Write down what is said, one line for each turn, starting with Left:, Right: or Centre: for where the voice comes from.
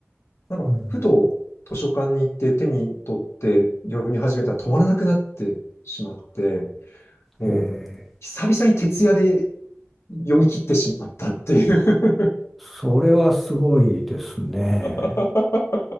Left: なんかふと図書館に行って手に取って読み始めたら止まらなくなってしまって、
Centre: うん、
Left: もう久々に徹夜で
Centre: えー
Left: 読み切ってしまったっていう。
Centre: それはすごいですね。
Left: <laughs>